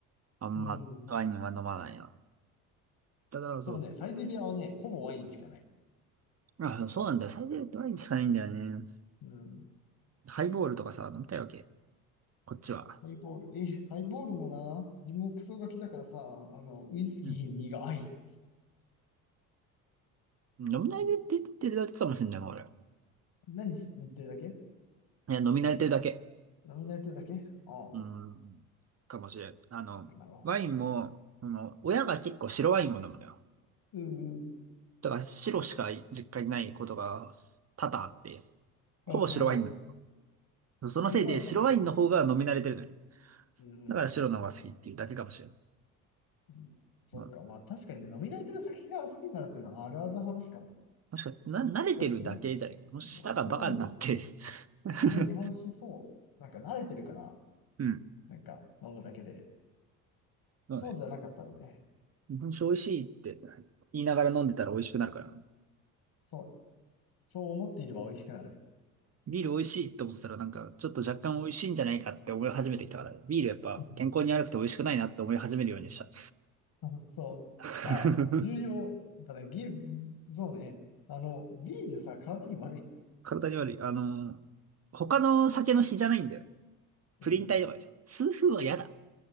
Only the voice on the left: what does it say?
うん。
でもね、サイゼリアはね、ほぼワインしかない。
うん。
ハイボール。え、ハイボールもな、自分もクソガキだからさ、あの、ウイスキー苦い。
何言ってるだけ
飲み慣れてるだけああ、
なるほど。
うんうん
なるほど。
白ワインなんだ、ハボ。うんうん。
うんそっか。
まあ確かにね、飲み慣れてる酒が好きになるっていうのはあるあるな話かも。
だって、
だって自分、
あの自分
も日本酒そう、なんか慣れてるから、
なんか飲むだけで、
そうじゃなかったらね、
そう、そう思っていれば美味しくなる。
うんあの <laughs> そう。
ああ、重要。やっぱね、ゲ、そうね。あの、ビールさ、体に悪い。
うんうん。